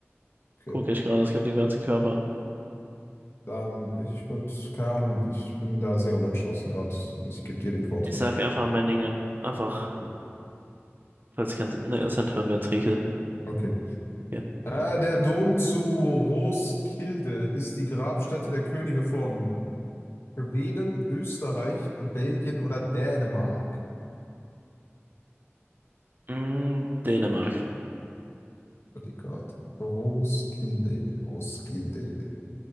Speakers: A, on the left; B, on the right.
A: okay,
B: Gucke ich gerade, es gibt den ganzen Körper.
A: dann, ich würde, keine Ahnung, ich bin da sehr unentschlossen gerade. Ich gebe dir den Vortritt.
B: Ich sag einfach Memmingen. Einfach,
A: Okay.
B: falls kein Sinn. Ne, es sind Hirnventrikel.
A: Okay.
B: Okay.
A: Äh, der Dom zu Roskilde ist die Grabstätte der Könige von Schweden, Österreich, Belgien oder Dänemark.
B: Mm, Dänemark.
A: Gott, Roskilde, Roskilde.